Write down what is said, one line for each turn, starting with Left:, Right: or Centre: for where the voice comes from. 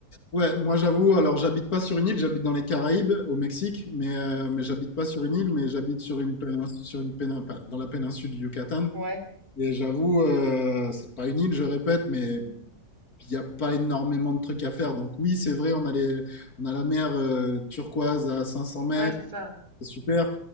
Left: Ouais, moi j'avoue, alors j'habite pas sur une île, j'habite dans les Caraïbes, au Mexique, mais, euh, mais j'habite pas sur une île, mais j'habite sur une pénin- sur une pénin- pas- dans la péninsule du Yucatan.
Right: Ouais,
Left: Et j'avoue, euh, c'est pas une île, je répète, mais il n'y a pas énormément de trucs à faire. Donc oui, c'est vrai, on a les, on a la mer euh, turquoise à 500 mètres,
Right: ouais, c'est ça.
Left: c'est super,